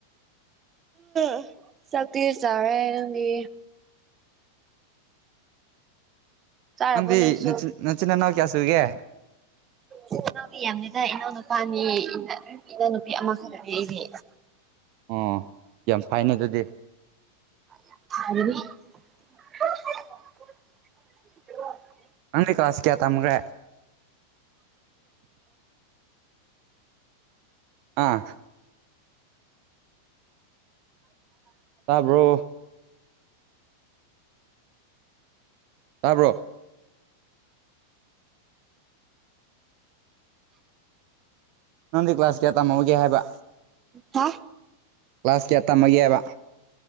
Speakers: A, on the right; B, on the right.
A: <unintelligible> ꯆꯥꯛꯇꯤ ꯆꯔꯦ ꯅꯪꯗꯤ ꯆꯥꯔꯕꯣ
B: ꯅꯪꯗꯤ
A: ꯅꯪꯁꯨ
B: ꯅꯆꯤꯟ ꯅꯆꯤꯟ ꯅꯅꯥꯎ ꯀꯌꯥ ꯁꯨꯨꯒꯦ
A: <inaudible> ꯏꯅꯥꯎꯄꯤ ꯌꯥꯝꯗꯦꯗ ꯏꯅꯥꯎ ꯅꯨꯄꯥ ꯑꯅꯤ ꯏꯅꯥꯎ ꯅꯨꯄꯤ ꯑꯃ ꯈꯠꯇꯅꯦ ꯑꯩꯗꯤ
B: ꯑꯣ ꯌꯥꯝ ꯐꯩꯅꯦ ꯑꯗꯨꯗꯤ
A: ꯌꯥꯝ ꯐꯕꯅꯤ <unintelligible>
B: ꯅꯪꯗꯤ ꯀ꯭ꯂꯥꯁ ꯀꯌꯥ ꯇꯝꯒ꯭ꯔꯦ ꯑꯥ ꯇꯥꯕ꯭ꯔꯣ ꯇꯥꯕ꯭ꯔꯣ ꯅꯪꯗꯤ ꯀ꯭ꯂꯥꯁ ꯀꯌꯥ ꯇꯝꯍꯧꯒꯦ ꯍꯥꯏꯕ
A: ꯍꯥ
B: ꯀ꯭ꯂꯥꯁ ꯀꯌꯥ ꯇꯝꯃꯒꯦꯕ